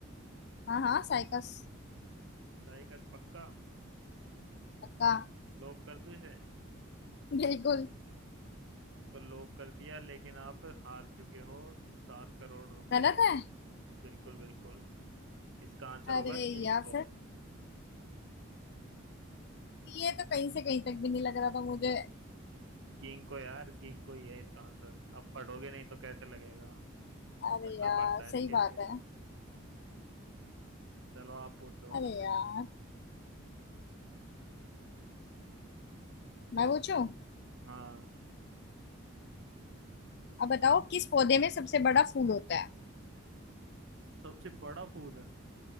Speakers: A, on the left (about 50°); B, on the right (about 60°).
A: हाँ हाँ साइकस
B: साइकस पक्का
A: पक्का
B: लॉक कर दूं इसे
A: बिल्कुल
B: इसको लॉक कर दिया लेकिन आप हार चुके हो सात करोड़ रुपए
A: गलत है
B: बिल्कुल बिल्कुल इसका आंसर
A: अरे
B: होगा गिंको
A: यार फिर ये तो कहीं से कहीं तक भी नहीं लग रहा था मुझे
B: गिंको यार गिंको ही है इसका आंसर अब पढ़ोगे नहीं तो कैसे लगेगा
A: अरे
B: पढ़ना
A: यार
B: पड़ता है
A: सही
B: इसके
A: बात
B: लिए
A: है
B: चलो आप पूछो
A: अरे
B: अब
A: यार
B: <laughs> हम्म,
A: मैं पूछूं
B: हाँ
A: अब बताओ किस पौधे में सबसे बड़ा फूल होता है
B: सबसे बड़ा फूल है